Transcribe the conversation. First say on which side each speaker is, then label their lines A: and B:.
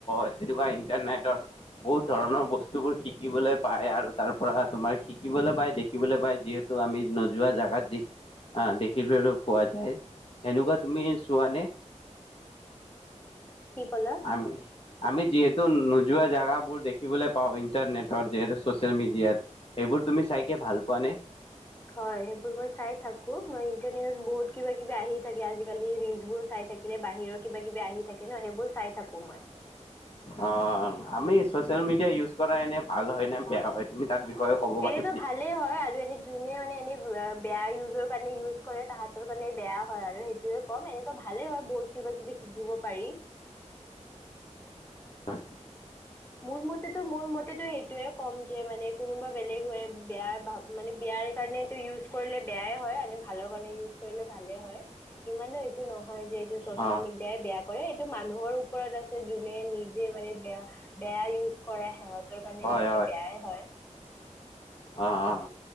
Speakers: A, on the left; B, on the left.
A: এতিৱয়া ইণ্টৰনেট, বহুত ধৰণৰ বস্তুবোৰ শিকিবলৈ পায় আৰু তাৰ পৰা তোমাৰ শিকিবলৈ পায় দেখিবলৈ পায় যিহেতু। তো আমি নোযোৱা জেগাত যি দেখিব পোৱা যায়। এনেকুৱা তুমি চোৱানে।
B: কি কলা।
A: আ, আমি যিহেতু নোযোৱা জেগাবোৰ দেখিবলৈ পাওঁ ইণ্টাৰনেটত যিহেতু চচিয়েল মিডিয়াত। এইবোৰ তুমি চাইকে ভাল পোৱা নে।
B: হয় সেইবোৰ মই চাই থাকো মই ইন্টাৰনেটত বহুত কিবা কিবি আহি থাকে আজিকালি ৰিলচ বোৰো চাই থাকে। সে বাহিৰৰ কিবা কিবি আহি থাকে ন সেইবোৰ চাই থাকো মই।
A: অ আমি চচিয়েল মিডিয়া ইউজ কৰা এনে ভাল হয়নে বেয়া হয়। আমি তাৰ বিষয়ে কব।
B: এনেতো
A: পাৰিবা নেকি
B: ভালেই হয় আৰু এনে। যোনে মানে এনে বেয়া ইউজৰ কাৰণে ইউজ কৰে তাহাঁতৰ কাৰণে বেয়া হয় আৰু সেই। সেইয়ে ক'ম এনেতো ভালেই হয় বহুত কিবা কিবি শিকিব পাৰি।
A: হয়।
B: মোৰ মতেটো মোৰ মতেটো সেইটোয়ে কম যে মানে কোনোবা বেলেগ হৈ বেয়া ভাব। মানে বিয়াৰ কাৰণেটো ইউজ কৰিলে বেয়াই হয় ভালৰ কাৰণে ইউজ কৰিলে ভালে হয়। ইমানো এইটো নহয় যে এইটো চচিয়েল
A: অ
B: মিডিয়া। দে বেয়া কৰে এইটো মানুহৰ ওপৰত আছে যোনে নিজে মানে বেয়া। বেয়া ইউজ কৰে সিহঁতৰ কাৰণে
A: হয়
B: নিজে বেয়াই হয়ঁ।
A: অঁ অঁ